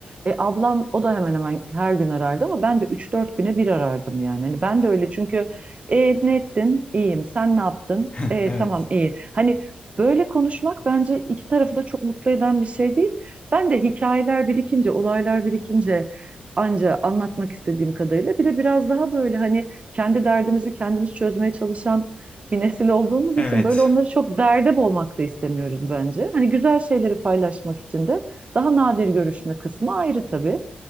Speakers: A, on the right; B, on the left.
A: e, ablam o da hemen hemen her gün arardı ama ben de üç dört güne bir arardım yani hani ben de öyle çünkü e, ne ettin? İyiyim. Sen ne yaptın?
B: <laughs>
A: E,
B: Evet.
A: tamam iyi. Hani Böyle konuşmak bence iki tarafı da çok mutlu eden bir şey değil. Ben de hikayeler birikince, olaylar birikince anca anlatmak istediğim kadarıyla bir de biraz daha böyle hani kendi derdimizi kendimiz çözmeye çalışan bir nesil olduğumuz
B: Evet.
A: için böyle onları çok derde boğmak da istemiyoruz bence. Hani güzel şeyleri paylaşmak için de daha nadir görüşme kısmı ayrı tabii.